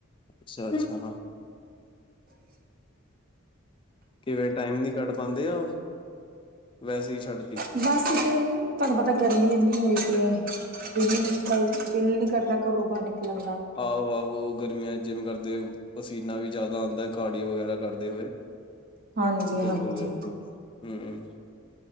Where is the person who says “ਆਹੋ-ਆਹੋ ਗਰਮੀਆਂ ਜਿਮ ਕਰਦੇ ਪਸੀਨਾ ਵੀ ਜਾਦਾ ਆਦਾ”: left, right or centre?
Left